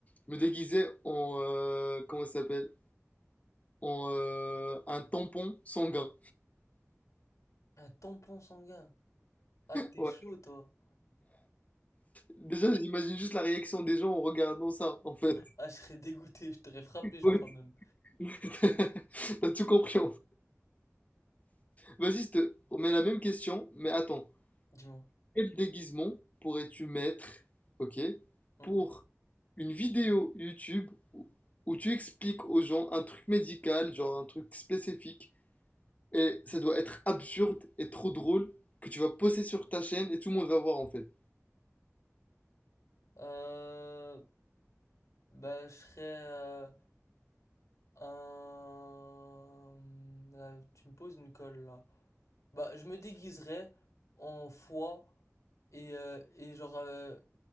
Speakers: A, on the left (about 30°); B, on the left (about 80°).
A: me déguiser en. euh, comment ça s'appelle? En euh, un tampon sanguin.
B: Un tampon sanguin. Ah, t'es
A: Ouais.
B: chaud, toi.
A: Déjà, j'imagine juste la réaction des gens en regardant ça en fait.
B: Ah, je serais dégoûté, je t'aurais frappé, je
A: Ouais.
B: crois même.
A: <laughs> T'as tout compris Vas-y, je te- on met la même question, mais attends.
B: Dis-moi.
A: Quel déguisement pourrais-tu mettre, ok,
B: Mhm.
A: pour une vidéo YouTube où, où tu expliques aux gens un truc médical, genre un truc spécifique, et ça doit être absurde et trop drôle que tu vas poster sur ta chaîne et tout le monde va voir en fait.
B: Euh, bah, je serais euh, un... Là, tu me poses une colle, là. Bah, je me déguiserais en foie Et, euh, et genre, euh,